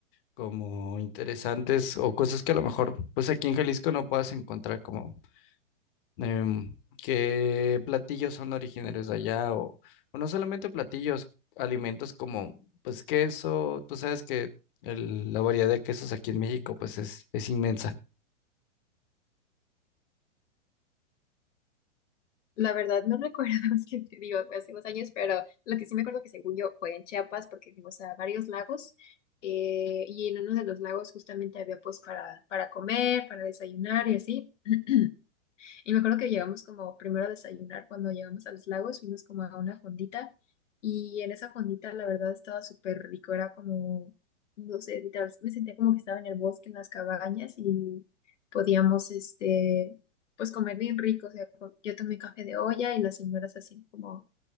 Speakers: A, on the left; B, on the left.
A: como interesantes o cosas que a lo mejor pues aquí en Jalisco no puedas encontrar como em, qué platillos son originarios de allá o, o no solamente platillos, alimentos como pues queso, tú sabes que el- la variedad de quesos aquí en México pues es, es inmensa.
B: La verdad no recuerdo, <laughs> es que te digo, fue hace unos años, pero lo que sí me acuerdo que según yo fue en Chiapas porque fuimos a varios lagos eh, y en uno de los lagos justamente había pues para, para comer, para desayunar y así. <clears throat> Y me acuerdo que llegamos como primero a desayunar cuando llegamos a los lagos, fuimos como a una fondita y en esa fondita la verdad estaba súper rico, era como, no sé, literal, me sentía como que estaba en el bosque, en las cabañas y podíamos, este, pues comer bien rico, o sea, co- yo tomé café de olla y las señoras hacían como,